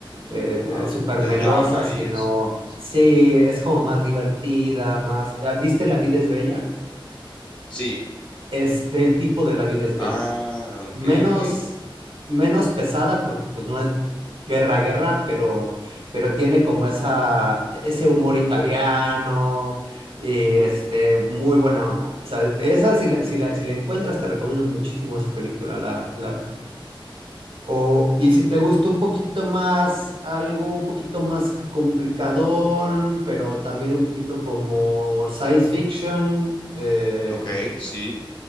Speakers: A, on the right; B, on the left.
A: eh,
B: Ajá.
A: de- súper
B: De
A: melosa,
B: drama
A: sino
B: y eso. Sí.
A: sí, es como más divertida, más... ¿Viste La vida es bella?
B: Sí.
A: Es del tipo de La vida es
B: Ah,
A: bella.
B: ok,
A: menos,
B: ok.
A: menos pesada porque pues no es guerra, guerra, pero, pero tiene como esa, ese humor italiano, y este, muy buena onda. O sea, esa si la, si la, si la encuentras, te recomiendo muchísimo esa película. La, la, o, y si te gustó un poquito más, algo un poquito más complicadón, pero también un poquito como science fiction, eh,
B: Ok, sí.